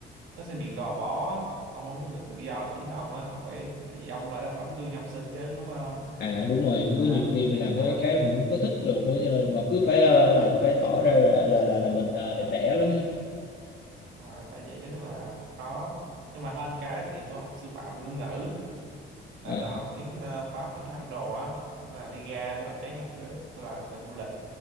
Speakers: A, on the right; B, on the left.
A: nó sẽ bị gò bó ông không có được tự do là chính ông á ông phải tại vì ông lại là tấm gương cho học sinh chứ đúng không
B: à đúng rồi
A: Nên là
B: có nhiều khi
A: nó
B: mình
A: rất
B: làm mấy
A: là
B: cái mình không có thích được nữa cho nên mà cứ phải ờ, làm cứ phải tỏ ra là là là, là
A: đúng
B: mình
A: rồi
B: ờ, đẹp đẽ lắm
A: đúng rồi bởi vậy nó rất là khó nhưng mà hơn cái thì tôi học sư phạm ngôn ngữ là
B: à,
A: tôi học tiếng ờ, Pháp tiếng Anh đồ á nên là đi ra tôi làm trái ngành được tôi làm bên du lịch